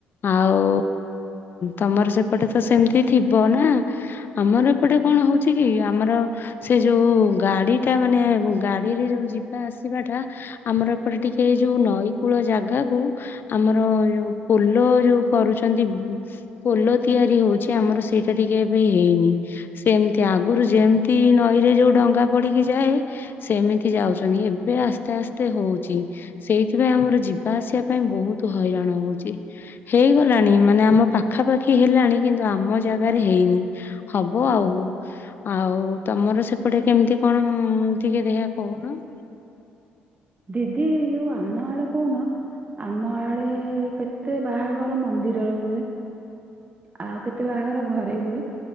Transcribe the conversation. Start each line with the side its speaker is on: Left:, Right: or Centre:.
Left: ଆଉ ତମର ସେପଟେ ତ ସେମିତି ଥିବ ନା ଆମର ଏପଟେ କଣ ହଉଛି କି ଆମର ସେ ଯୋଉ ଗାଡିଟା ମାନେ ଗାଡିରେ ଯୋଉ ଯିବା ଆସିବା ଟା ଆମର ଏପଟେ ଟିକେ ଯୋଉ ନଈ କୂଳ ଜାଗାକୁ ଆମର ଯୋଉ ପୋଲ ଯୋଉ କରୁଛନ୍ତି। ପୋଲ ତିଆରି ହଉଛି ଆମର ସେଇଟା ଟିକେ ଏବେ ହେଇନି ସେମିତି ଆଗରୁ ଯେମିତି ନଈରେ ଯୋଉ ଡଙ୍ଗା ପଡିକି ଯାଏ ସେମିତି ଯାଉଛନ୍ତି। ଏବେ ଆସ୍ତେ ଆସ୍ତେ ହଉଛି ସେଇଥିପାଇଁ ଆମର ଯିବା ଆସିବା ପାଇଁ ବହୁତ ହଇରାଣ ହଉଛି। ହେଇଗଲାଣି ମାନେ ଆମ ପାଖାପାଖି ହେଲାଣି କିନ୍ତୁ ଆମ ଜାଗାରେ ହେଇନି ହବ ଆଉ। ଆଉ ତମର ସେପଟେ କେମିତି କଣ? ଟିକେ ଦେୟ କହୁନ। <inaudible>
Right: ଦିଦି ଯୋଉ ଆମ କହୁନ ଆମ ଆଡେ କେତେ ବାହାଘର ମନ୍ଦିରରେ ହୁଏ। ଆଉ କେତେ ବାହାଘର ଘରେ ହୁଏ।